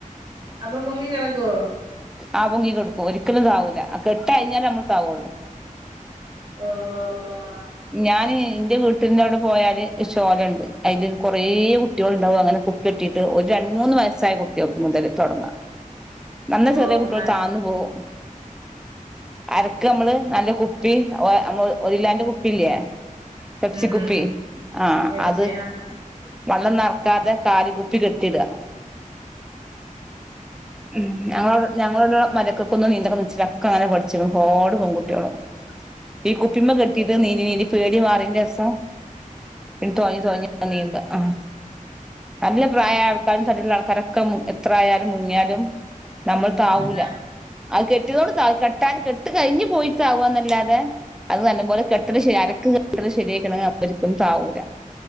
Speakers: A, on the right; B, in the centre.
A: അപ്പൊ പൊങ്ങിക്കെടക്കുവോ
B: ആഹ് പൊങ്ങി കെടുക്കും ഒരിക്കലും താവൂല കെട്ട് കഴിഞ്ഞാലേ നമ്മൾ താവുള്ളൂ
A: ആഹ്
B: ഞാൻ ന്റെ വീട്ടിന്റെ അവിടെ പോയാല് ശോല ഉണ്ട് അയില് കൊറേ കുട്ട്യോളുണ്ടാവും അങ്ങനെ കു കെട്ടിയിട്ട് ഒരു രണ്ട് മൂന്ന് വയസ്സായ കുട്ടിയോൾക്ക് മുതൽ തുടങ്ങാം
A: <inaudible>
B: നല്ല ചെറിയ കുട്ടികൾ
A: നല്ല
B: താന്നു പോവും അരക്ക് നമ്മള് നല്ല കുപ്പി നമ്മള് ഒരിലോന്റെ കുപ്പില്ലേ പെപ്സിക്കുപ്പി
A: ഉം
B: ആഹ്
A: വെച്ച്
B: അത്
A: ആ
B: വെള്ളം നെറക്കാതെ കാലി കുപ്പി കെട്ടിടാ ഉം ഞങ്ങ ഞങ്ങളടെ മരക്കൊക്കൊന്ന് നീന്തണൊന്ന്ച്ചിട്ടക്കങ്ങനെ പഠിച്ചിക്കണ് ഒരുപാട് പെണ്കുട്ടികള് ഈ കുപ്പിമ്മ കെട്ടീട്ട് നീന്തി നീന്തി പേടി മാറിൻ്റെ <unintelligible> തൊയഞ്ഞു തൊയഞ്ഞ് നീന്ത ആഹ് നല്ല പ്രായായ ആൾക്കാരും <unintelligible> ആൾക്കാരൊക്കെ <unintelligible> എത്രയാലും മുങ്ങിയാലും നമ്മളു
A: ഓരോരുത്തരും
B: താവൂല അത് കെട്ടിയതൊണ്ട് താഴ് കെട്ടാന് കെട്ട് കഴിഞ്ഞു പോയിട്ടാകുവന്നല്ലാതെ അത് നല്ലപോലെ കെ അത് ശരിയാ അരക്ക് കെട്ടിയക്കണ് ശരിയായിട്ടുണ്ടെൽ അവരു താവൂല